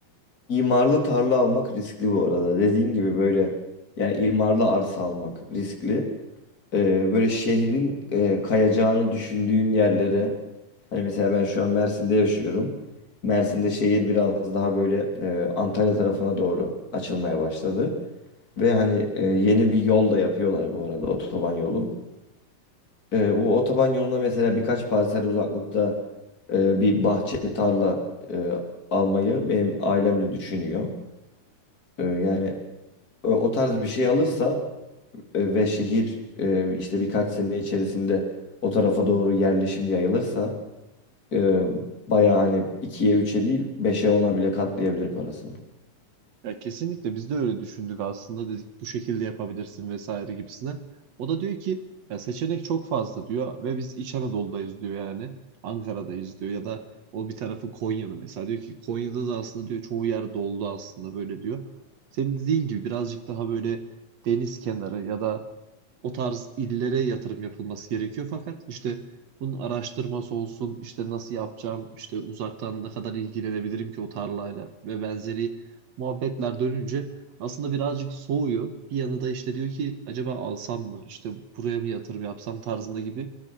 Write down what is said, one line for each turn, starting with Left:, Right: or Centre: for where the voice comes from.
Left: imarlı tarla almak riskli bu arada. Dediğin gibi böyle yani imarlı arsa almak riskli. Ee, böyle şehrin e, kayacağını düşündüğün yerlere hani mesela ben şu an Mersin'de yaşıyorum. Mersin'de şehir biraz daha böyle e, Antalya tarafına doğru açılmaya başladı. Ve hani e, yeni bir yol da yapıyorlar bu arada otoban yolu. E, o otoban yoluna mesela birkaç parsel uzaklıkta e, bir bahçe tarla e, almayı benim ailem de düşünüyor. E, yani e, o tarz bir şey alırsa e, ve şehir e, işte birkaç sene içerisinde o tarafa doğru yerleşim yayılırsa e, bayağı hani ikiye üçe değil beşe ona bile katlayabilir parasını.
Right: Ya kesinlikle biz de öyle düşündük aslında dedik bu şekilde yapabilirsin vesaire gibisine. O da diyor ki ya seçenek çok fazla diyor ve biz İç Anadolu'dayız diyor yani Ankara'dayız diyor ya da o bir tarafı Konya'da mesela diyor ki Konya'da da aslında diyor çoğu yer dolu aslında böyle diyor. Senin dediğin gibi birazcık daha böyle deniz kenarı ya da o tarz illere yatırım yapılması gerekiyor fakat işte bunun araştırması olsun işte nasıl yapacağım işte uzaktan ne kadar ilgilenebilirim ki o tarlayla ve benzeri muhabbetler dönünce aslında birazcık soğuyor. Bir yanı da işte diyor ki acaba alsam mı işte buraya mı yatırım yapsam tarzında gibi